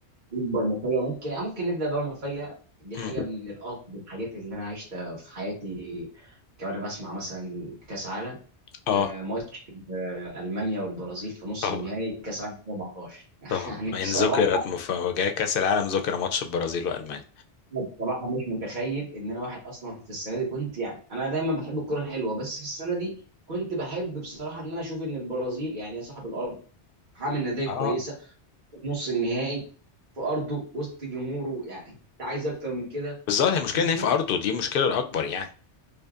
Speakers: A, on the right; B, on the left.
A: اكبر مفاجاه ممكن يعني ممكن نبدا بقى المفاجاه دي حاجه
B: مم.
A: من الاغرب الحاجات اللي انا عشتها في حياتي كمان انا بسمع مثلا كاس عالم
B: اه
A: آه، ماتش آه، المانيا والبرازيل في نص
B: طبعا
A: النهائي كاس عالم 2014 <laughs>
B: طبعا
A: يعني بصراحه
B: ان ذكرت مفاجأة كأس العالم ذكر ماتش البرازيل والمانيا
A: أنا بصراحه مش متخيل ان انا واحد اصلا في السنه دي كنت يعني انا دايما بحب الكره الحلوه بس في السنه دي كنت بحب بصراحه ان انا اشوف ان البرازيل يعني يا صاحب الارض عامل نتائج
B: اه
A: كويسه نص النهائي في ارضه وسط جمهوره يعني انت عايز اكتر من كده
B: بالظبط هي المشكله
A: تتغلب
B: ان هي في ارضه دي المشكله الاكبر يعني